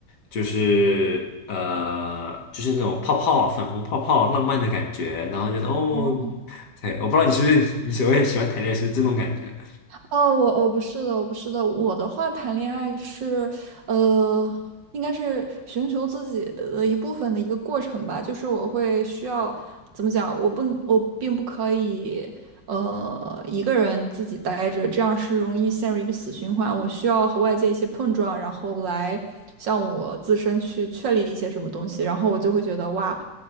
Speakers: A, on the left; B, on the right.
A: 就是呃，就是那种泡泡啊、粉红泡泡、浪漫的感觉。然后觉得哦，
B: 哦。
A: 对，我不知道你是不是 <laughs> 你所谓喜欢谈恋爱是这种感觉。
B: 哦，我我不是的，我不是的，我的话谈恋爱是，呃，应该是寻求自己的一部分的一个过程吧。就是我会需要怎么讲，我不我并不可以，呃，一个人自己待着，这样是容易陷入一个死循环。我需要和外界一些碰撞，然后来向我自身去确立一些什么东西，然后我就会觉得哇。